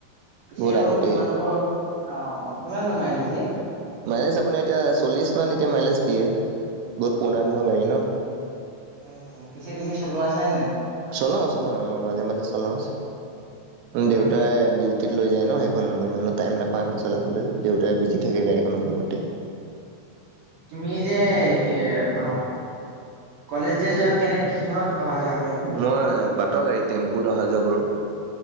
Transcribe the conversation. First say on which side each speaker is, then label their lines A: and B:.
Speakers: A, on the right (about 65°); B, on the right (about 80°).
A: পিছে,
B: বহুত
A: এইখন
B: আগতেই।
A: তোমালোকৰ অ অ কিমান মান মাইলেজ দিয়ে?
B: মাইলেজ আপোনাৰ এতিয়া চল্লিছ মান এতিয়া মাইলেজ দিয়ে। বহুত পুৰণা দিনৰ গাড়ী ন।
A: উম উম। পিছে, তুমি চলোৱা আছেন নাই?
B: চলাও চলাও, মই মাজে মাজে চলাও।
A: উম
B: দেউতাই ডিউ ডিউটিত লৈ যায় ন, সেইখন। মই ইমানো টাইম নাপা এখন চলাবলৈ। দেউতাই বিজি থাকে গাড়ীখনৰ লগতে।
A: তুমি যে এ কি অ। কলেজ যে যোৱা? কেনে কিহঁত অহা যোৱা কৰা?
B: মই বাটৰ গাড়ী টেম্পুত অহা যোৱা কৰো।